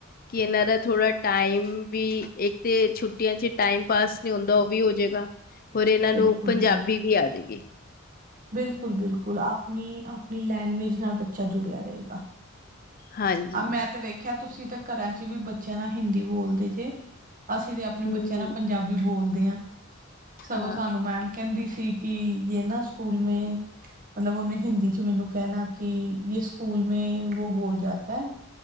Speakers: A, on the left (about 45°); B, on the right (about 45°).
A: ਕਿ ਏਨਾ ਦਾ ਥੋੜਾ ਟਾਈਮ ਵੀ ਇੱਕ ਤੇ ਛੁਟੀਆਂ ਚ ਟਾਈਮ ਪਾਸ ਨੀ ਹੁੰਦਾ ਓ ਵੀ ਹੋ ਜਾਏਗਾ, ਹੋਰ ਏਨਾਂ ਨੂੰ
B: ਬਿਲਕੁਲ
A: ਪੰਜਾਬੀ ਵੀ ਆ ਜੇਗੀ।
B: ਬਿਲਕੁਲ-ਬਿਲਕੁਲ ਆਪਨੀ ਆਪਨੀ ਲੈਂਗੁਏਜ ਨਾਲ ਬੱਚਾ ਜੁੜਿਆ ਰਏਗਾ।
A: ਹਾਂਜੀ
B: ਆ, ਮੈਂ ਤੇ ਵੇਖਿਆ ਤੁਸੀਂ ਤਾਂ ਘਰਾਂ ਚ ਵੀ ਬੱਚਿਆਂ ਨਾਲ ਹਿੰਦੀ ਬੋਲਦੇ ਜੇ। ਅਸੀਂ ਤੇ ਅਪਨੇ
A: ਹੂੰ
B: ਬੱਚਿਆਂ ਨਾਲ ਪੰਜਾਬੀ ਬੋਲਦੇ ਆਂ, ਸਗੋਂ
A: ਹਾਂ।
B: ਸਾਨੂੰ ਮੈਮ ਕੈਂਦੀ ਸੀ, ਕਿ ਯੇ ਨਾ ਸਕੂਲ ਮੇਂ ਮਤਲਬ ਓਨੇ ਹਿੰਦੀ ਚ ਮੈਨੂੰ ਕੈਂਣਾ ਕਿ ਯੇ ਸਕੂਲ ਮ ਵੋ ਬੋਲ ਜਾਤਾ